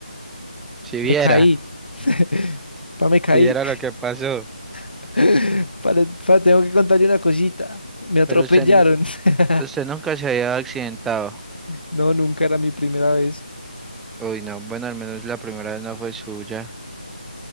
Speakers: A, in the centre; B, on the left.
A: Si
B: me
A: viera,
B: caí. <laughs> Pa, me caí.
A: si viera lo que pasó.
B: <laughs> Pa, le- pa, tengo que contarle una cosita. Me atropellaron.
A: Pero usted, n-
B: <laughs>
A: usted nunca se había accidentado.
B: No, nunca era mi primera vez.
A: Uy, no, bueno, al menos la primera vez no fue suya.